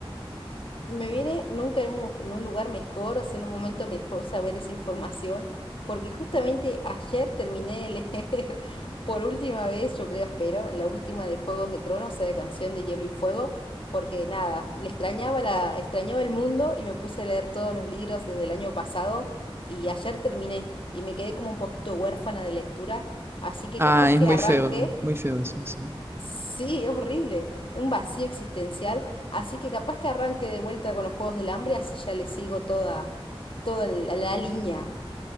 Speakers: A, on the left; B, on the right.
A: Me viene nunca en un, en un lugar mejor, o sea, en un momento mejor saber esa información, porque justamente ayer terminé de leer <laughs> por última vez, yo creo, espero, la última de Juegos de Tronos, o sea, de Canción de Hielo y Fuego, porque nada, le extrañaba la, extrañaba el mundo y me puse a leer todos los libros desde el año pasado y ayer terminé y me quedé como un poquito huérfana de lectura, así que
B: Ah,
A: capaz
B: es
A: que
B: muy
A: arranque
B: feo, muy feo eso, sí.
A: Sí, es horrible, un vacío existencial, así que capaz que arranque de vuelta con los Juegos del Hambre, así ya le sigo toda, toda la, la línea.